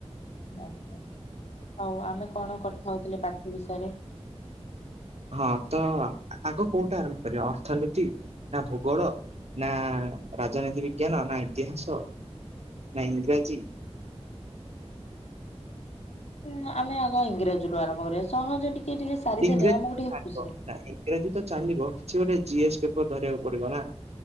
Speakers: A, on the left (about 80°); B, on the right (about 75°).
A: ଆ୍। ହଉ ଆମେ କଣ କରିଥା ହଉଥିଲେ ପାଠ ବିଷୟରେ?
B: ହଁ ତ ଆଗ କୋଉଟା ଆରମ୍ଭ କରିବା ଅର୍ଥନୀତି ନା ଭୂଗୋଳ? ନା ରାଜନୀତି ବିଜ୍ଞାନ ନା ଇତିହାସ ନା ଇଂରାଜୀ?
A: ହୁଁ ଆମେ ଆଗ ଇଂରାଜୀରୁୁ ଆରମ୍ଭ କରିବା। ସହଜ ଟିକେ ଟିକେ ସାରିଦଲେ
B: ଇଂରାଜୀ
A: ଆମକୁ ଟିକେ
B: ଚାଲିବ
A: ଖୁସିରେ-
B: ନା ଇଂରାଜୀ ତ ଚାଲିବ କିଛି ଗୋଟେ ଜିଏସ୍ ପେପର ଧରିବାକୁ ପଡିବ ନା,